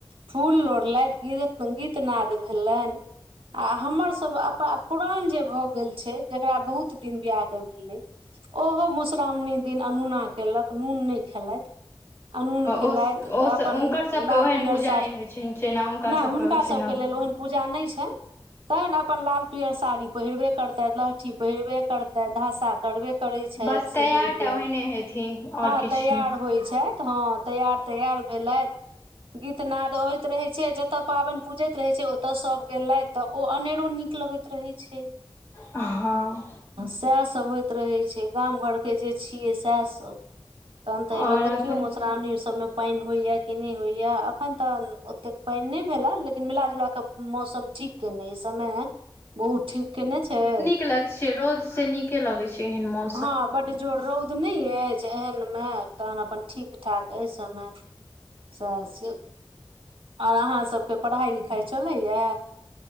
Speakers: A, on the right; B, on the left.
A: फूल लोढ़लैथ गीत - गीतनाद भेलैन। आ हमर सभ अप पुरान जे भ गेल छैय जेकरा बहुत दिन बियाह क भेलै ओहो मधुश्रामणी दिन अनोना केलक नून नै खेलथि। अनून खेलथि
B: ओ हुनकर
A: अपन
B: सभके
A: लाल
B: ओहन
A: पियर
B: पूजा
A: सा
B: नहि होइ छनि जेना
A: नै
B: सभके
A: हुनका
B: होइ छनि
A: सभके लेल ओहेन पूजा नै छैन। तहैन अपन लाल पियर साड़ी पहिरबे करतैथ लहठी पहिरबे करतैथ धसा करबे करै छैथ
B: बस तैयार
A: सिन्दूरके
B: टा ओहिने हेथिन आओर
A: हँ
B: किछु
A: तैयार
B: नहि
A: होइ छैथ। हँ तैआर तैआर भेलथि। गीतनाद होइत रहै छैय जेतऽ पाबैन पूजैत रहै छैय ओतऽ सब गेलैथ त ओ अनेरो नीक नीक लगैत रहै छैय।
B: हँ।
A: सएहसभ होइत रहै छैय गाम घरके जे छियै सएहसभ। तहन त अय
B: आओर
A: बेर देख
B: एखन
A: मधुश्रामणी सबमे पाइन होइया की नै होइया अखन त ओतेक पाइन नै भेला लेकिन मिलाजुला क मौसम ठीक केने अय समय बहुत ठीक केने छैय
B: लग छैय रौद से नीके लगे छैय एहन मौ
A: हँ बड जोर रौउद नै अइछ एहनमे तहन अपन ठीक ठाक अय समय। सह से आर अहाँ सभके पढ़ाइ लिखाइ चलैये।